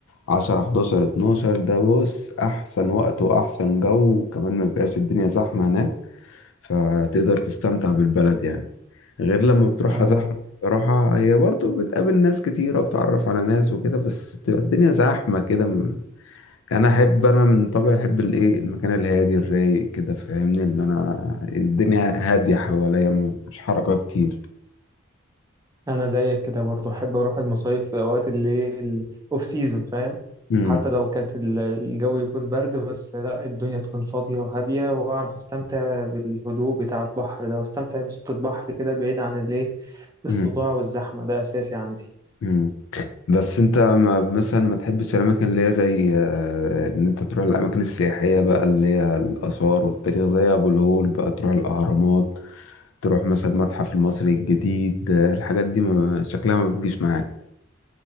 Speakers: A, on the left; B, on the right.
A: عشرة حداشر اتناشر ده بص احسن وقت واحسن جو وكمان ما بيبقاش الدنيا زحمة هناك فتقدر تستمتع بالبلد يعني غير لما بتروحها
B: آه،
A: زحمة الصراحة هي برضه بتقابل ناس كتيرة وبتعرف على ناس وكده بس بتبقى الدنيا زحمة كده يعني انا احب انا من طبعي احب الايه المكان الهادي الرايق كده فاهمني اللي انا الدنيا هاديه حواليا م- مش حركه كتير
B: انا زيك كده برضو احب اروح المصايف في اوقات اللي الاوف سيزون فاهم
A: امم
B: حتى لو كانت ال- الجو يكون برد بس لا الدنيا تكون فاضية وهادية واعرف استمتع بالهدوء بتاع البحر ده واستمتع بصوت البحر كده بعيد عن الايه الصداع
A: امم
B: والزحمة ده اساسي عندي
A: امم بس انت ما مثلا ما تحبش الاماكن اللي هي زي آه، ان انت تروح الاماكن السياحيه بقى اللي هي الاثار والتاريخ زي ابو الهول بقى تروح الاهرامات تروح مثلا المتحف المصري الجديد آه، الحاجات دي ما شكلها ما بتجيش معاك